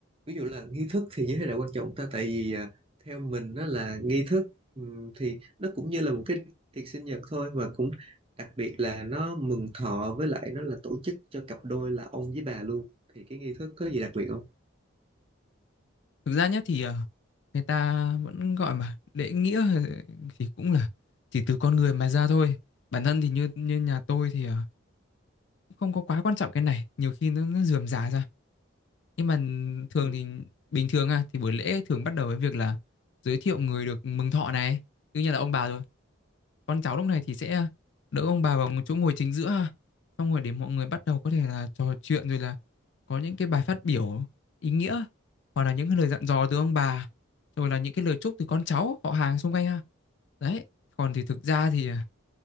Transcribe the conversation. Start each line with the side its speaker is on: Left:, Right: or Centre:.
Right: ví dụ là nghi thức thì như thế nào quan trọng ta? Tại vì à, theo mình nó là nghi thức ừm, thì nó cũng như là một cái tiệc sinh nhật thôi mà cũng đặc biệt là nó mừng thọ với lại nó là tổ chức cho cặp đôi là ông với bà luôn. Thì cái nghi thức có gì đặc biệt không?
Left: Thực ra nhé thì ờ, người ta vẫn gọi mà lễ nghĩa thì cũng là chỉ từ con người mà ra thôi. Bản thân thì như như nhà tôi thì ờ, cũng không có quá quan trọng cái này, nhiều khi nó nó rườm rà ra. Nhưng mà thường
Right: Ừ.
Left: thì bình thường à thì buổi lễ thường bắt đầu với việc là giới thiệu người được mừng thọ này, tự nhiên là ông bà rồi. con cháu lúc này thì sẽ đỡ ông bà vào chỗ ngồi chính giữa ha. xong rồi để mọi người bắt đầu có thể là trò chuyện rồi là có những cái bài phát biểu ý nghĩa hoặc là những cái lời dặn dò từ ông bà rồi là những cái lời chúc từ con cháu họ hàng xung quanh ha đấy còn thì thực ra thì à,